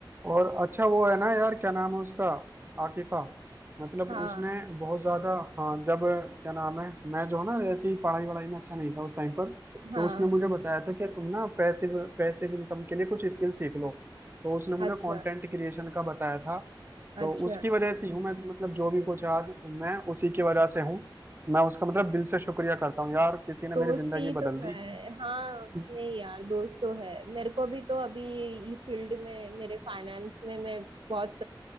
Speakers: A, on the right; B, on the right.
A: और अच्छा वो है ना यार क्या नाम है उसका आकिफा मतलब
B: हाँ
A: उसने बहुत ज्यादा हाँ जब क्या नाम है मैं जो है ना ऐसे ही पढ़ाई वढ़ाई में अच्छा नहीं था उस टाइम पर
B: हाँ
A: तो उसने मुझे बताया था कि तुम ना पैसिव पैसिव इनकम के लिए कुछ स्किल सीख लो तो उसने मुझे
B: अच्छा
A: कंटेंट क्रिएशन का बताया था तो
B: अच्छा
A: उसकी वजह से ही हूँ मैं मतलब जो भी कुछ आज मैं उसी की वजह से हूँ मैं उसका मतलब दिल से शुक्रिया करता हूँ यार किसी ने
B: दोस्ती
A: मेरी जिंदगी
B: तो
A: बदल दी
B: है हाँ
A: <laughs>
B: नहीं यार दोस्त तो है मेरे को भी तो अभी ये फील्ड में मेरे फाइनेंस में मैं बहुत